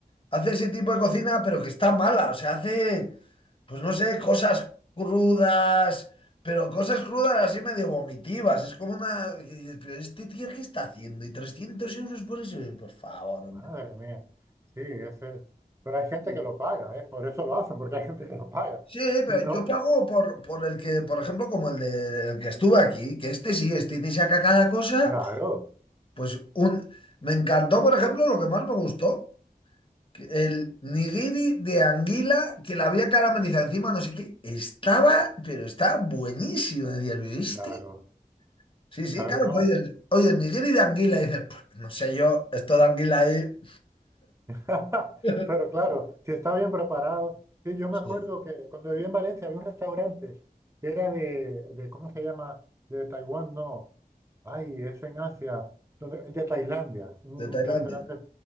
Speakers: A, on the left; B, on the right.
A: hace ese tipo de cocina, pero que está mala. O sea, hace, pues no sé, cosas crudas, pero cosas crudas así medio vomitivas. Es como una. y dices, "Pero Este tío, ¿qué está haciendo? Y 300 euros por eso. Por favor, hombre.
B: Madre mía. Sí, ese... pero hay gente
A: Sí.
B: que lo paga, ¿eh? Por eso lo hacen, porque hay gente que lo paga.
A: Sí, pero
B: Si no,
A: yo pago por, por el que, por ejemplo, como el de el que estuve aquí, que este sí, este te saca cada cosa,
B: claro,
A: pues un. Me encantó, por ejemplo, lo que más me gustó. que El nigiri de anguila que la había caramelizado encima, no sé qué, estaba, pero estaba buenísimo. Decías, ¿viste?
B: claro,
A: Sí, sí,
B: claro,
A: claro,
B: no.
A: que oyes, oyes nigiri de anguila y dices, "Puf, no sé yo, esto de anguila ahí.
B: <laughs>
A: <laughs>
B: Pero claro, si está bien preparado. Sí, yo
A: Sí,
B: me acuerdo que cuando viví en Valencia había un restaurante que era de, de ¿cómo se llama? De Taiwán, no. Ay, es en Asia, donde, de Tailandia. Un,
A: de Tailandia.
B: un restaurante.